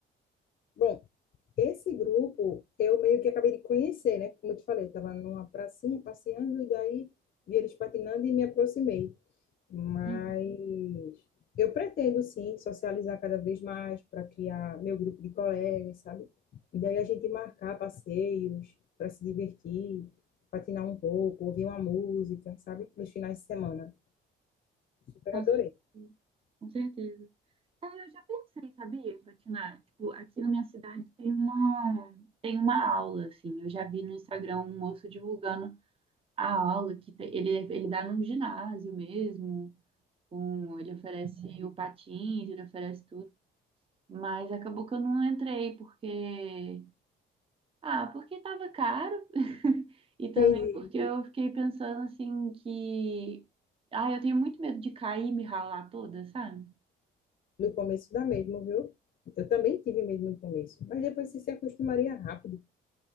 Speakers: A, on the left; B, on the right.
A: Bom, Esse grupo, eu meio que acabei de conhecer, né? Como eu te falei, estava numa pracinha passeando e daí vi eles patinando e me aproximei. Mas
B: Uhum.
A: eu pretendo, sim, socializar cada vez mais para criar meu grupo de colegas, sabe? E daí a gente marcar passeios para se divertir, patinar um pouco, ouvir uma música, sabe? Nos finais de semana. Super
B: Com
A: adorei.
B: certeza. Com certeza. É, eu já pensei, sabia, em patinar. Tipo, aqui na minha cidade tem uma, tem uma aula, assim. Eu já vi no Instagram um moço divulgando a aula, que te- ele, ele dá num ginásio mesmo, com, ele oferece o patins, ele oferece tudo. Mas acabou que eu não entrei, porque Ah, porque estava caro <laughs> e
A: Entendi.
B: também porque eu fiquei pensando assim que. Ah, eu tenho muito medo de cair e me ralar toda, sabe?
A: No começo dá mesmo, viu? Eu também tive medo no começo, mas depois você se acostumaria rápido.